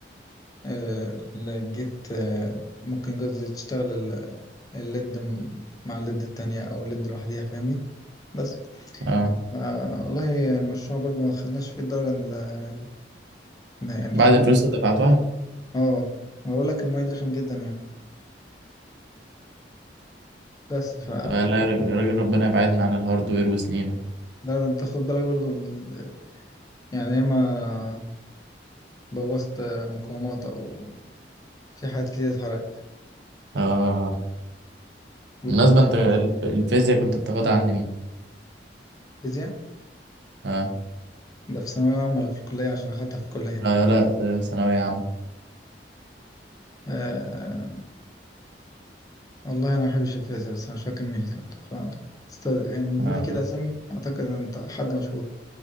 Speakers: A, on the left; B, on the right.
A: آه، الجيت آه، ممكن قصدي تشتغل ال- الليد م- مع الليد التانية أو الليد لوحديها فاهمني بس
B: اه
A: ما والله المشروع برضو ما خدناش فيه الدرجة ال- يعني الفول
B: بعد الفلوس
A: مارك
B: اللي دفعتها
A: اه بقول لك الماية دي رخم جدا يعني بس ف
B: فلا يا راجل ربنا يبعدنا عن الهاردوير وسنينه
A: ده انت خد بالك برضو ال... يعني ياما بوظت مقاومات او في حاجات كتير اتحرقت
B: آه
A: واللي
B: بالمناسبة
A: اتضايقت
B: انت الف- الفيزياء كنت بتاخدها عند مين؟
A: فيزياء
B: آه,
A: ده في ثانوية عامة ولا في الكلية عشان أخدتها في الكلية
B: آه لا ث- ثانوية عامة
A: آه... والله أنا ما بحبش الفيزياء بس أنا مش فاكر مين اللي كان بتاخدها عندنا. استاذ يعني اديني
B: آه
A: كده أسامي أعتقد إن أنت حد مشهور